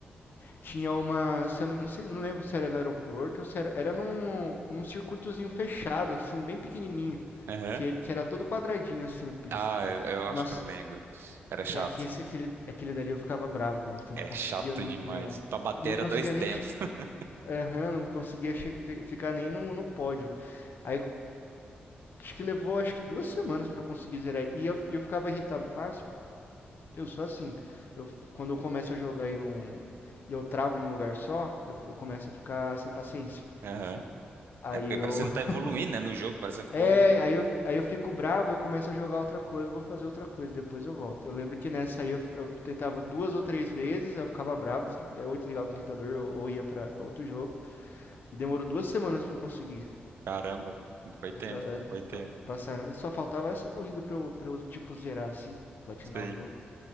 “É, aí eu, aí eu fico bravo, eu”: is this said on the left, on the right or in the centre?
Left